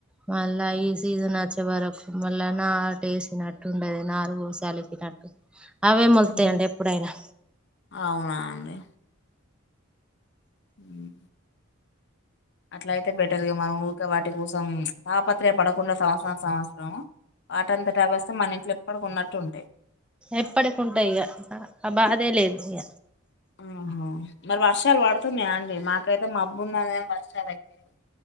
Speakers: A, in the centre; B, on the left.
A: మళ్ళా ఈ సీజన్ వచ్చే వరకు మళ్ళా నార్ టేసినట్టు ఉండది నారుగు సలికిినట్టు అవే మొలుతాయండి
B: ఉమ్.
A: ఎప్పుడైనా
B: అవునా అండి ఇ అట్లా అయితే బెటర్గా మనం ఊక వాటి కోసం తాపత్రయపడ పుట్టిన సంవత్సరం సంవత్సరం వాటంతటవే వస్తాయి మన ఇంట్లో ఎప్పటికి ఉన్నట్టు ఉంటాయి
A: ఎప్పటికుంటాయి ఇగ ఆ ఆ బాధే లేదు ఇక
B: ఆహా మరి వర్షాలు పడుతున్నాయా అండి మాకైతే మబ్బు ఉందనీ వర్షాలు అయితే లేవు